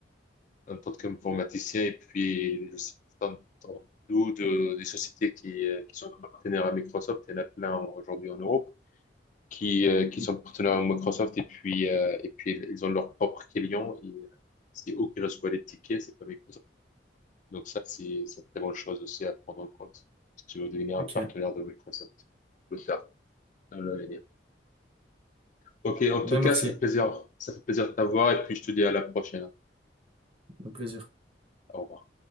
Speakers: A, on the left; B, on the right.
A: en tant qu'informaticien. Et puis, je sais pas, t'entends d'où de- des sociétés qui, euh, qui sont partenaires à Microsoft. Il y en a plein aujourd'hui en Europe. qui, euh, qui
B: Hum,
A: sont partenaires à Microsoft et puis, euh, et puis ils ont leur propre client et euh, c'est eux qui reçoivent les tickets, c'est pas Microsoft. Donc ça, c'est c'est une très bonne chose aussi à prendre en compte. Si tu veux devenir un
B: Ok.
A: partenaire
B: ok.
A: de Microsoft, tu peux le faire dans l'avenir. Ok, en
B: Ben
A: tout cas,
B: merci,
A: ça fait plaisir. Ça fait plaisir de t'avoir et puis je te dis à la prochaine.
B: au plaisir.
A: Au revoir.